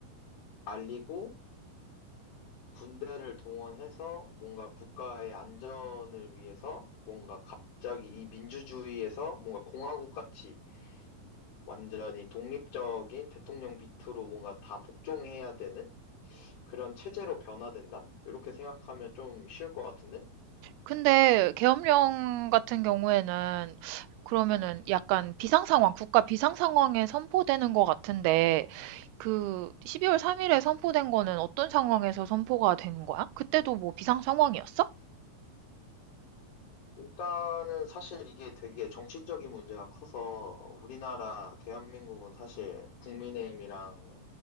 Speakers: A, on the left; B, on the right.
A: 알리고 군대를 동원해서 뭔가 국가의 안전을 위해서 뭔가 갑자기 이 민주주의에서 뭔가 공화국 같이 완전히 독립적인 대통령 밑으로 뭔가 다 복종해야 되는 그런 체제로 변화된다? 이렇게 생각하면 좀 쉬울 것 같은데?
B: 근데 계엄령 같은 경우에는 그러면은 약간 비상상황, 국가 비상상황에 선포되는 것 같은데 그 12월 3일에 선포된 거는 어떤 상황에서 선포가 된 거야? 그때도 뭐 비상 상황이었어?
A: 일단은 사실 이게 되게 정치적인 문제가 커서 우리나라 대한민국은 사실 국민의힘이랑